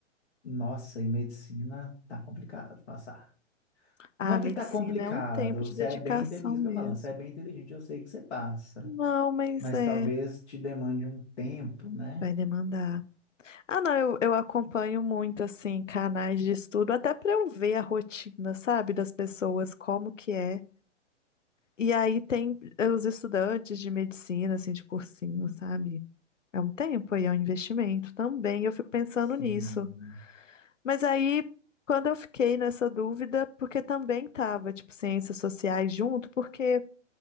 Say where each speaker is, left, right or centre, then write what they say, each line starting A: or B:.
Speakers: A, on the left; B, on the left.
A: nossa, em medicina tá complicado passar.
B: ah,
A: Não é
B: medicina
A: que tá complicado,
B: é um tempo
A: você
B: de dedicação
A: é bem, inte- isso
B: mesmo.
A: que eu falo, você é bem inteligente, eu sei que você passa,
B: Não, mas
A: mas
B: é,
A: talvez te demande um tempo, né?
B: vai demandar. Ah, não, eu, eu acompanho muito assim canais de estudo, até para eu ver a rotina, sabe, das pessoas, como que é. E aí tem eh, os estudantes de medicina, assim, de cursinho, sabe? É um tempo aí, é um investimento também. Eu fico pensando
A: Sim.
B: nisso. Mas aí, quando eu fiquei nessa dúvida, porque também tava, tipo, ciências sociais junto, porque